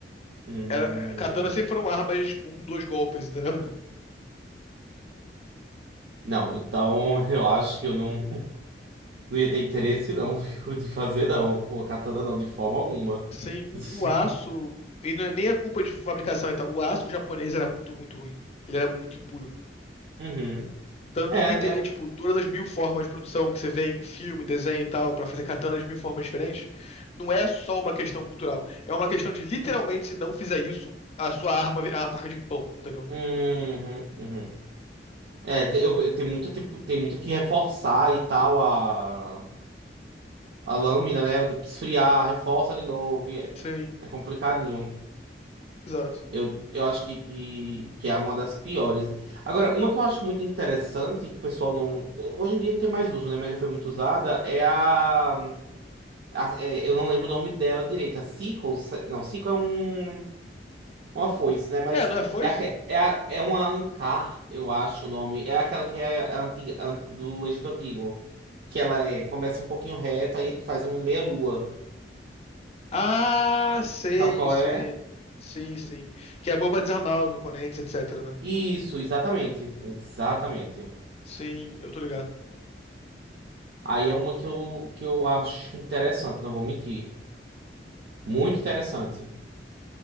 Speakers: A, on the right (about 60°); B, on the left (about 35°).
A: Hum,
B: Era, katana sempre foram armas, de tipo, um, dois golpes, entendeu?
A: não, então eu acho que eu não, <laughs> não ia ter interesse, não, <laughs> viu, de fazer, não. O katana não, de forma alguma.
B: Sem o,
A: <laughs>
B: o aço, e não é- nem é culpa de fabricação e tal, o aço japonês era muito, muito ruim. Ele era muito impuro.
A: Uhum.
B: Tanto
A: É, é.
B: que tem, tipo, todas as mil formas de produção que você vê em filme, desenho e tal, pra fazer katanas de mil formas diferentes, não é só uma questão cultural. É uma questão de, literalmente, se não fizer isso, a sua arma é uma faca de pão, entendeu?
A: Uhum, uhum. É, tem, eu, eu- tem muita, tipo, tem muita que reforçar e tal a. a lâmina, né? Tipo, esfriar, reforça de novo. e É,
B: Sim,
A: é complicadinho.
B: exato.
A: Eu, eu acho que, que, que é uma das piores. Agora, uma que eu acho muito interessante, que o pessoal não. Hoje em dia não tem mais uso, né? Mas já foi muito usada, é a. a- é, eu não lembro o nome dela direito. A sickle. se- Não, sickle é um, uma foice, né? Mas
B: É, não é foice?
A: é, aque- é, a- é uma ancar, eu acho o nome. É aquela que é a antiga, a- do Egito Antigo. Que ela é, começa um pouquinho reto, aí ele faz um meia-lua.
B: Ah, sei,
A: Sabe qual
B: sei.
A: é?
B: Sim, sim. Que é boa pra desarmar os oponentes, etcétera né?
A: Isso, exatamente. Exatamente.
B: Sim, eu tô ligado.
A: Aí é uma que eu, que eu acho interessante, não vou mentir. Muito interessante.